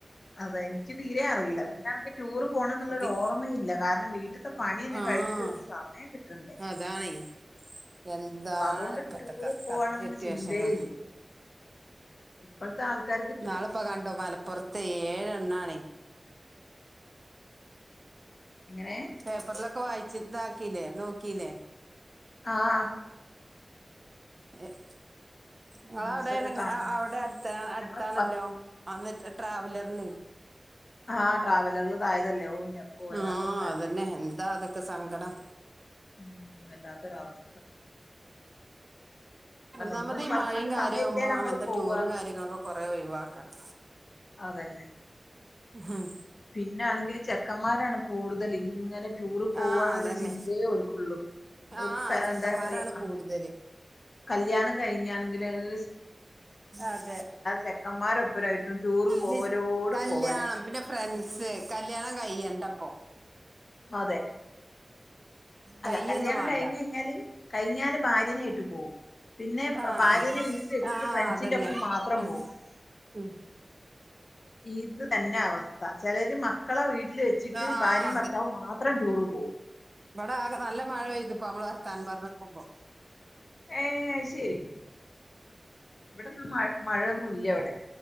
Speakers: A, on the left; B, on the right.
A: അതെ എനിക്ക് തീരെ അറിയില്ല. പിന്നെ എണക്ക് റ്റൂറ് പോകണയെന്നുള്ളരു
B: തി
A: ഓർമ്മയില്ല. കാര നം മീൽ ഇവടത്തെ പണിന്നൊന്ന്
B: ആഹ്
A: കഴിഞ്ഞിട്ടൊരു സമയം കിട്ടണ്ടേ.
B: അതാണേ എന്താണ്
A: അപ്പൊ അതുകൊണ്ട്
B: ഇപ്പത്തെ
A: ടൂറ്
B: ക
A: പോവാണെന്ന
B: ക സിറ്റുവേഷകൾ.
A: ചിന്തയേ ഇല്ല. ഇപ്പഴത്തെ ആൾക്കാർക്ക് ടൂ
B: ന്നാളിപ്പൊ കണ്ടു മലപ്പുറത്തെ ഏഴേണ്ണാനേ
A: എങ്ങനെ
B: പേപ്പറില് ഒക്കെ വായിച്ചയിതാക്കില്ലേ. നോക്കിലേ.
A: ആഹ് ആ
B: എ നിങ്ങെളെവിടെ
A: ന്യൂസൊക്കെ
B: നിങ്ങെള്
A: കാണുന്നുണ്ട്.
B: അ അവടെ അടുത്ത് അടുത്താണല്ലോ.
A: ഞങ്ങള് പ
B: അന്നിട്ട് ട്രാവലറില്ലേ.
A: ആഹ് ട്രാവലറിൽ ഇതായതല്ലേ. ഓഹ് ഇന്റപ്പോ വല്ലാത്തൊരു
B: ആഹ്
A: മരണായി.
B: അതന്നെ എന്താ അതൊക്കെ സങ്കടം.
A: ഉം വെല്ലാത്തൊരവസ്ഥ
B: ഒന്നാമത്
A: ഒന്ന്
B: ഈ
A: പടച്ചോന്റെ
B: മഴയും കാര്യമാവ്മ്പോ
A: സമയെത്തിയാൽ അങ്ങോട്ട്
B: അങ്ങെനെത്തെ
A: പോവാ
B: റ്റൂറും കാര്യങ്ങളൊക്കെ കൊറെ ഒഴിവാക്കണം.
A: അതന്നെ.
B: ഉം
A: പിന്നാണെങ്കിൽ ചെക്കന്മാരാണ് കൂടുതല്. ഇങ്ങനെ റ്റൂറ് പോവാന്നൊരു
B: ആഹ് അതന്നെ
A: ചിന്തേയോർക്കൊള്ളൂ.
B: ആഹ്
A: ഓര്ക്ക് കെ
B: ചെക്കന്മാരാണ്
A: എന്താ ഞാ പറയാ. ആഹ്
B: കൂടുതല്
A: കല്ല്യാണം കഴിഞ്ഞാണെങ്കില് അഹ്
B: അതെ
A: ചെക്കന്മാരൊപ്പരായിട്ടും ടൂറ് പോവലോട്
B: മിസ് കല്യാണം
A: പോവല
B: പിന്നെ ഫ്രണ്ട്സ് കല്യാണം കയ്യണ്ട ക്കൊ
A: അതെ അല്ല
B: കയ്യൊന്നും
A: കല്യാണം
B: വേണ്ട
A: കഴിഞ്ഞ ഴ്ഞ്ഞാല് കഴിഞ്ഞാല് ഭാര്യനായിട്ട് പോവും പിന്നെ ഭ
B: ആഹ്
A: ഭാര്യനെ
B: ആഹ്
A: വീട്ടില് വെച്ചിട്ട്
B: ആഹ്
A: ഫ്രണ്ട്സിൻ്റെപ്പം
B: അതന്നെ
A: മാത്രം
B: ഉം
A: പോകും
B: ഉം
A: ഇത് തന്നെ അവസ്ഥ ചെലര് മക്കളെ വീട്ടില് വെച്ചിട്ട്
B: ആഹ്
A: ഭാര്യയും
B: ആഹ്
A: ഭർത്താവ് മാത്രം ടൂറ് പോവും.
B: ഇമ്പടെ ആകെ നല്ല മഴയ്ത്പ്പൊ അമ്മള് വർത്താനം പർഞ്ഞ്ക്കുമ്പോ
A: ഏ ശരി ഇവിടെ മഴ മഴയൊന്നും ഇല്ല ഇവിടെ